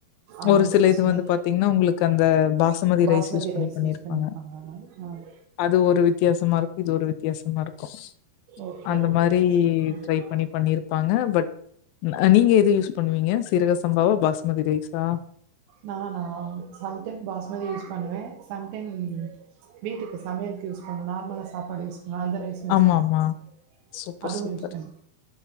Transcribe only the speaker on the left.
ஒரு சில
இது வந்து பாத்தீங்ன்னா உங்களுக்கு அந்த பாசமதிரைஸ்
யூஸ் பண்ணி
பண்ணிருப்பாங்க
அது ஒரு வி இத்தியாசமாருக்கு இது ஒரு வித்தியாசமா இருக்கு
அந்த
மாரி
ட்ரை பண்ணி பண்ணிருப்பாங்க பட் ந நீங்க இருக் யூஸ்பண்ணுவீங்க சீரகசம்பாவா பாஸ்மதிரைஸா
ஆமா
ஆமா சூப்பர்
சூப்பர்